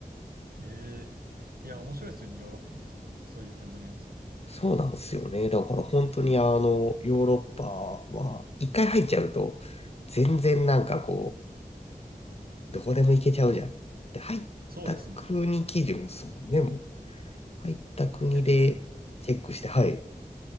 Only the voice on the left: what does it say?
そうなんですよね。だから本当にあの、
ヨーロッパは、一回入っちゃうと、全然なんかこう、どこでも行けちゃうじゃん。で、入った国基準ですもんね、
もう。入った国でチェックして、
はい。